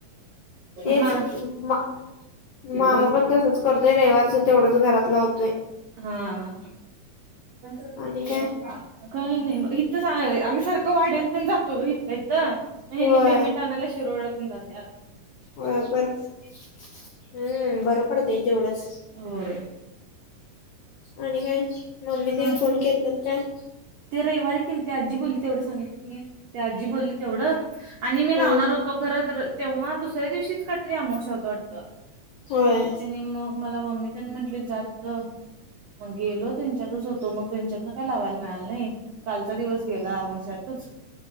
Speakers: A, on the left; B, on the right.
A: तेच
B: मला
A: मा मामा
B: बोल.
A: पण तसंच
B: <unintelligible>
A: करतोय रविवारच तेवढंच घरातला होतोय.
B: हा. <unintelligible>
A: आणि काय
B: काही नाही बघ इथं आम्ही सारखं वाढेल पण जातो ब इथलं इथं. महिननी
A: होय
B: पेमेंट आनला शुरवळातन रा.
A: अ बर हम्म बरं पडत तेवढंच.
B: होय
A: आणि काय मम्मी
B: काही
A: देन फोन
B: नाही
A: केले जात काय?
B: ते रविवारी केली ते आजी बोलली तेवढं सांगितलं की ते आजी बोलली तेवढं आणि मी
A: हम्म
B: लावणार होत. तो खर तेव्हा दुसऱ्या दिवशीच काहीतरी आमव शवत वाटत
A: होय
B: मग त्याने मग. मला मम्मी त्यानी म्हटली जात. मग गेलो त्यांच्यातच होतो मग त्यांच्यातन काही लावायला मिळालं नाही. कालचा दिवस गेलाश्यातच